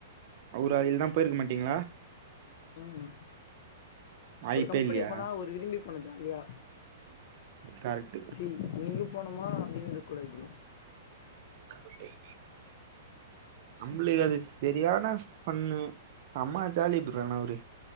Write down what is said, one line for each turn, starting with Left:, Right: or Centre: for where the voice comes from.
Right: அவரு அதுல் தான் போயிருக்க மாட்டீங்களா
Left: ஆமா
Right: வாய்ப்பே
Left: ஒரு கம்பெனி
Right: இல்லையா
Left: போனா ஒரு விரும்பி போனோம் ஜாலியா
Right: கரெக்ட் ப்ரோ
Left: ச்சீ யிங்க போனமா அப்டின்னுருக்க கூடாது புரோ
Right: <unintelligible> நம்ளுக்கு அது சரியான பண்ணு செம்ம ஜாலி ப்ரோ அவரு